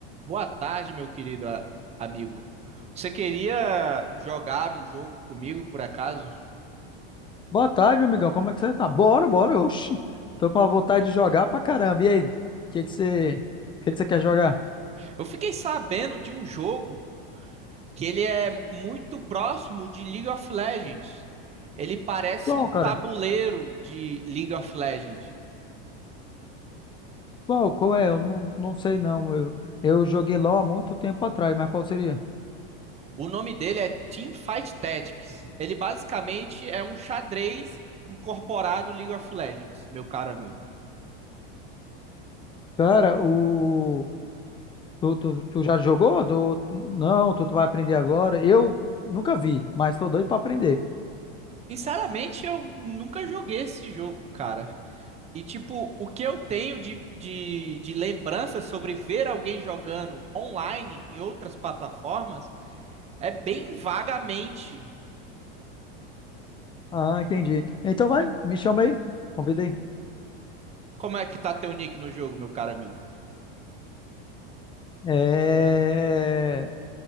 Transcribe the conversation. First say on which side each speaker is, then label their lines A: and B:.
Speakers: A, on the right; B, on the left.
A: Boa tarde, meu querido a- amigo. Você queria jogar um jogo comigo, por acaso?
B: Boa tarde, meu amigão. Como é que você tá? Bora, bora, oxi. Tô com a vontade de jogar pra caramba. E aí, o que que você, que que você quer jogar?
A: Eu fiquei sabendo de um jogo que ele é muito próximo de League of Legends. Ele parece
B: Qual,
A: um
B: cara?
A: tabuleiro de League of Legends.
B: Qual, qual é? Eu não, não sei não. Eu, eu joguei LoL há muito tempo atrás, mas qual seria?
A: O nome dele é Team Fight Tactics. Ele basicamente é um xadrez incorporado League of Legends, meu caro amigo.
B: Cara, o tu, tu, tu já jogou? Tu- Não, tu, tu vai aprender agora. Eu nunca vi, mas tô doido pra aprender.
A: Sinceramente, eu nunca joguei esse jogo, cara. E, tipo, o que eu tenho de, de, de lembrança sobre ver alguém jogando online em outras plataformas é bem vagamente.
B: Ah, entendi. Então vai, me chama aí. Convida aí.
A: Como é que tá teu nick no jogo, meu caro amigo?
B: É...